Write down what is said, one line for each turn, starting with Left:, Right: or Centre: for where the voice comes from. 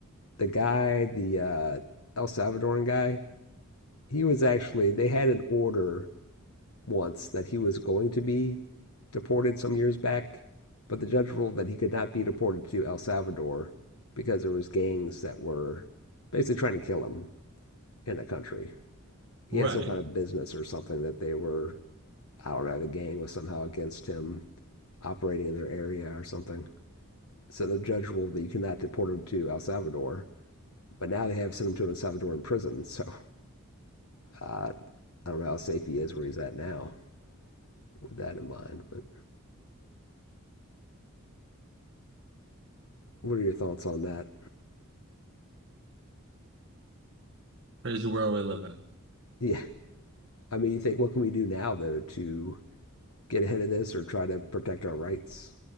Left: the guy, the uh, El Salvadoran guy, he was actually, they had an order once that he was going to be deported some years back, but the judge ruled that he could not be deported to El Salvador because there was gangs that were basically trying to kill him in the country. He
Right: Right.
Left: had some kind of business or something that they were, I don't know, the gang was somehow against him operating in their area or something. So the judge ruled that you cannot deport him to El Salvador. But now they have sent him to El Salvador in prison. So uh, I don't know how safe he is where he's at now with that in mind. But what are your thoughts on that?
Right: Crazy world we live in.
Left: Yeah, I mean, you think, what can we do now, though, to get ahead of this or try to protect our rights?